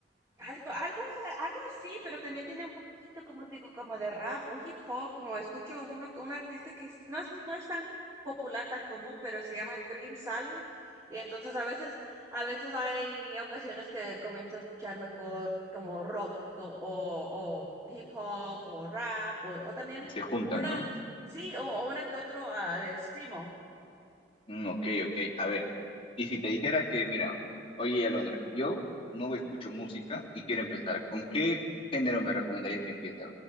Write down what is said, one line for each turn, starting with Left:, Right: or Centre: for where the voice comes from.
Right: Algo, algo, algo así, pero también tiene un poquito, como te digo, como de rap o hip hop, como escucho uno, un artista que es- no es, no es tan popular, tan común, pero se llama Cream Salvo. Y entonces a veces, a veces hay ocasiones que comienzo a escuchar mejor como rock co- o, o hip hop o rap o, o también
Left: Y se juntan,
Right: una,
Left: ¿no?
Right: sí, o, o una que otro ah, de Screamo.
Left: Mm, ok, ok. A ver, y si te dijera que, mira, oye, Alondra, yo no escucho música y quiero empezar, ¿con qué género me recomendarías que empiece? A